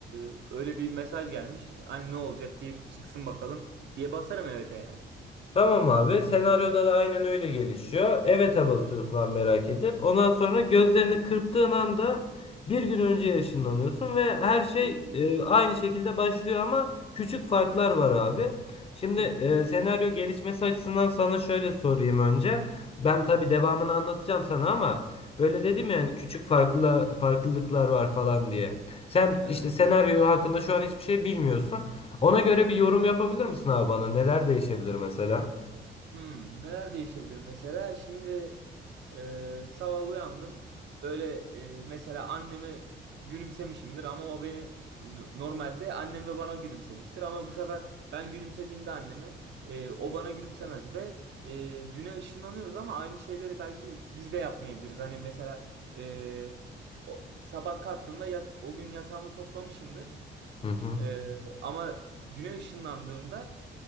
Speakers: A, on the right; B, on the left.
A: e, öyle bir mesaj gelmiş. Hani ne olacak diye bir çıksın bakalım diye basarım evet'e yani.
B: Tamam abi. Senaryoda da aynen öyle gelişiyor. Evet'e basıyorsun abi merak edip. Ondan sonra gözlerini kırptığın anda bir gün önce ışınlanıyorsun ve her şey
A: Hmm.
B: e, aynı şekilde başlıyor ama küçük farklar var abi. Şimdi
A: Hı
B: e,
A: hı.
B: senaryo gelişmesi açısından sana şöyle sorayım önce. Ben tabii devamını anlatacağım sana ama böyle dedim
A: Hı hı.
B: yani küçük farklı farklılıklar var falan diye. Sen
A: Evet.
B: işte senaryo hakkında şu an hiçbir şey bilmiyorsun. Ona göre bir yorum yapabilir misin abi bana? Neler değişebilir mesela?
A: Hmm, neler değişebilir mesela? Şimdi e, sabah uyandım. Böyle e, mesela anneme gülümsemişimdir ama o beni no, normalde annem de bana gülümsemiştir ama bu sefer ben gülümsediğimde anneme e, o bana gülümsemez ve e, düne ışınlanıyoruz ama aynı şeyleri belki biz de yapmayabiliriz. Hani mesela e, o, sabah kalktığımda yat- o gün yatağımı toplamışımdır.
B: Hı hı.
A: E, ama düne ışınlandığımda